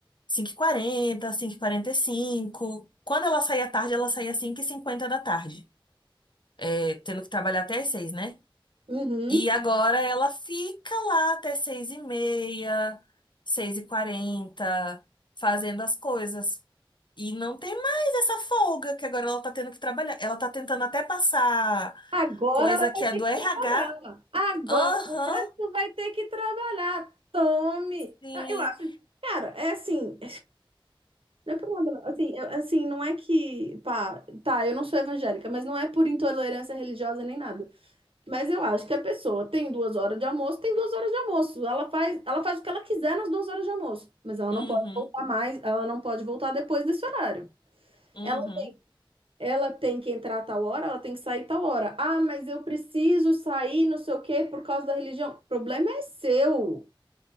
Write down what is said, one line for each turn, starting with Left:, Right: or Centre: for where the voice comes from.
Left: 5h40, quarenta cinco e quarenta e cinco. Quando ela saía tarde, ela saía cinco e cinquenta da tarde, é, tendo que trabalhar até as 6, né?
Right: Uhum.
Left: E agora ela fica lá até seis e meia, seis e quarenta, fazendo as coisas. E não tem mais essa folga que agora ela tá tendo que trabalhar. Ela tá tentando até passar
Right: Agora
Left: coisa
Right: ela
Left: que
Right: vai
Left: é
Right: ter
Left: do
Right: que
Left: RH.
Right: trabalhar. Agora
Left: Aham,
Right: tu vai ter que trabalhar. Tome.
Left: sim.
Right: Ah, Eu acho, cara, é assim. Não é por nada, não. Assim, eu- assim, não é que, pá, tá, eu não sou evangélica, mas não é por intolerância religiosa nem nada. Mas eu acho que a pessoa tem duas horas de almoço, tem duas horas de almoço. Ela faz, ela faz o que ela quiser nas duas horas de almoço, mas ela não
Left: Uhum,
Right: pode voltar mais, ela não pode voltar depois desse horário.
Left: uhum.
Right: Ela, ela tem que entrar tal hora, ela tem que sair tal hora. Ah, mas eu preciso sair, não sei o quê, por causa da religião. O problema é seu.